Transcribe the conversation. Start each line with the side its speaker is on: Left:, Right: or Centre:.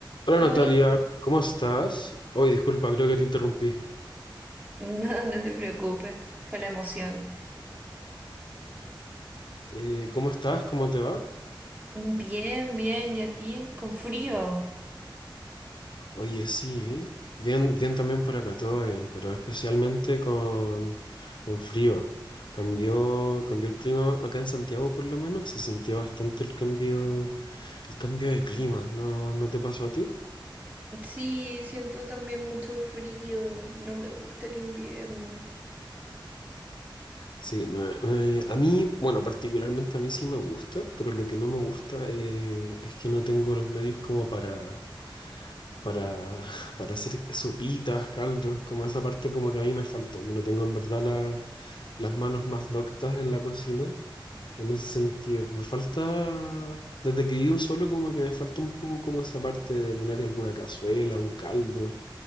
Left: Hola
Right: Hola,
Left: Natalia, ¿cómo estás? Hoy, disculpa, creo que te interrumpí.
Right: <laughs> no, no te preocupes, fue la emoción.
Left: Eh, ¿cómo estás? ¿Cómo te va?
Right: Bien, bien, ¿y a ti? Con frío.
Left: Oye, sí, bien, bien también por acá, todo bien, pero especialmente con, con frío. Cambió, cambió el clima acá en Santiago, por lo menos, se sintió bastante el cambio, el cambio de clima. ¿No, no te pasó a ti?
Right: Sí, siento también mucho frío, no me gusta el invierno.
Left: Sí, me- me- a mí, bueno, particularmente a mí sí me gusta, pero lo que no me gusta eh, es que no tengo los medios como para para, <laughs> para hacer sopitas, caldos, como esa parte como que a mí me falta. Yo no tengo en verdad la- las manos más doctas en la cocina, en ese sentido. Me falta, desde que vivo solo, como que me falta un poco como esa parte de tener alguna cazuela, un caldo.